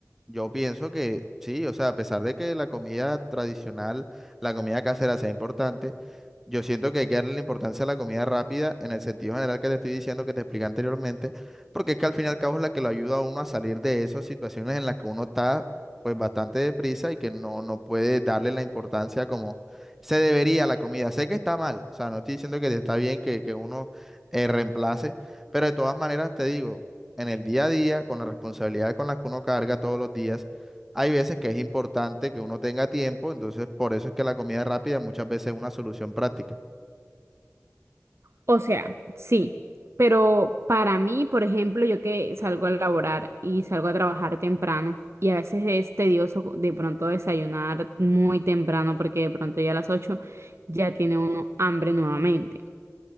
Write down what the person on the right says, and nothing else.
O sea, sí. Pero para mí, por ejemplo, yo que salgo a laborar y salgo a trabajar temprano y a veces es tedioso de pronto desayunar muy temprano porque de pronto ya a las 8 ya tiene uno hambre nuevamente.